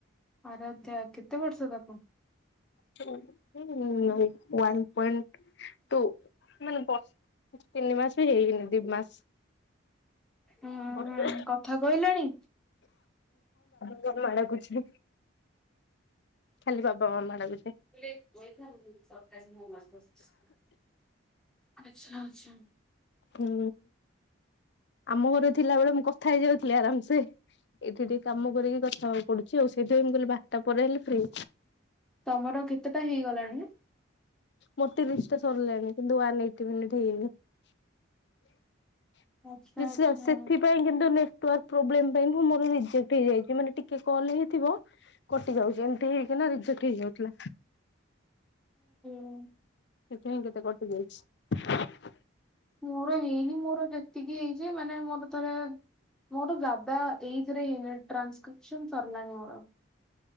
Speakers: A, in the centre; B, on the left.
A: ଆରାଧ୍ୟା କେତେ ବର୍ଷ ତାକୁ।
B: <unintelligible> ଉଅନ୍ ପଏଣ୍ଟ ଟୁ ମାନେ ତିନି ମାସ ବି ହେଇଗନି ଦି ମାସ।
A: ହୁଁ
B: ବର୍ଷା
A: ହୁଁ କଥା କହିଲାଣି।
B: <unintelligible> ମା ଡାକୁଚି ଖାଲି ବାବା ମାମା ଡାକୁଚି।
A: ଥା <unintelligible> ଆଛା ଆଛା।
B: ହୁଁ ଆମ ଘରେ ଥିଲା ବେଳେ ମୁଁ କଥା ହେଇଯାଉଥିଲି ଆରାମସେ, ଏଇଠି ଟିକେ କାମ କରିକି କଥା ହେବାକୁ ପଡୁଛି, ଆଉ ସେଇଥିପାଇଁ ମୁଁ କହିଲି ବାରଟା ପରେ ହେଲେ ଫ୍ରି।
A: ତମର କେତେଟା ହେଇଗଲାଣି?
B: ମୋର ତିରିଶ ଟା ସରିଲାଣି କିନ୍ତୁ ୱାନ୍ ଏଇଟି ମିନିଟ ହେଇନି। <unintelligible>
A: ଆଚ୍ଛା ଆଚ୍ଛା
B: ସେଥିପାଇଁ କିନ୍ତୁ ନେ ନେଟୱାର୍କ ପ୍ରୋ୍ଲେମ୍। ପାଇଁ ମୋର ରିଜେକ୍ଟ ହେଇଯାଇଛିା ମାନେ ଟିକେ କଲ ହେଇଥିବ କଟି ଯାଉଛି, ଏମିତି ହେଇକିନା ରିଜକ୍ଟ ହେଇଯାଉଥିଲା।
A: ହୁଁ।
B: ସେଥି ହିଁ କେତେ କଟି ଯାଇଛି।
A: ମୋର ହେଇନି ମୋର ଯେତିକି ହେଇଛି ମାନେ ନେ ମୋର ଥରେ ମୋର ଜାଦା ଏଇଥିରେ ହେଇନି ଟ୍ରାନ୍ସକ୍ରିପସନ୍ ସରିଲାଣି ମୋର।